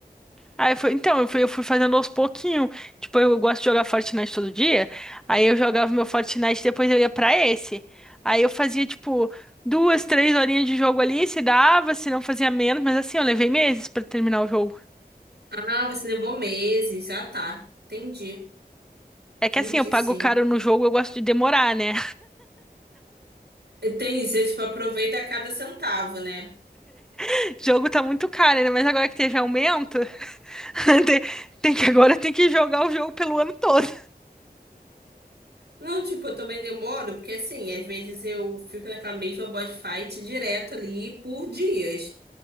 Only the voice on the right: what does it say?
Ah, você levou meses. Ah, tá. Entendi.
Entendi,
sim.
Entendi. Você, tipo, aproveita cada centavo, né?
Não, tipo, eu também demoro, porque assim, às vezes eu fico naquela mesma boss fight direto ali por dias.